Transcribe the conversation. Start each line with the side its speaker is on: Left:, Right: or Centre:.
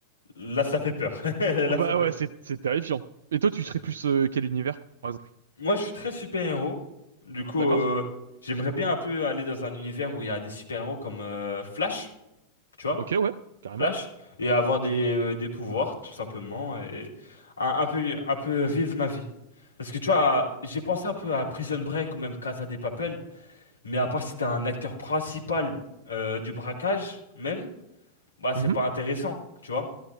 Left: Là ça fait peur. <laughs> Là
Right: Bah
Left: ça fait
Right: ouais,
Left: peur.
Right: c'est c'est terrifiant. Et toi, tu
Left: Ok.
Right: serais plus euh, quel univers, par exemple?
Left: Moi je suis très super-héros. Du coup,
Right: D'accord?
Left: euh, j'aimerais bien un peu aller dans un univers où il y a des super-héros comme euh, Flash, tu vois?
Right: Ok, ouais, carrément.
Left: Flash. Et avoir des, euh, des pouvoirs, tout simplement. Et un, un peu, un peu vivre ma vie. Parce que tu vois, j'ai pensé un peu à Prison Break ou même Casa de Papel. Mais à part si t'es un acteur principal euh, du braquage même, bah c'est
Right: Mhm.
Left: pas intéressant, tu vois?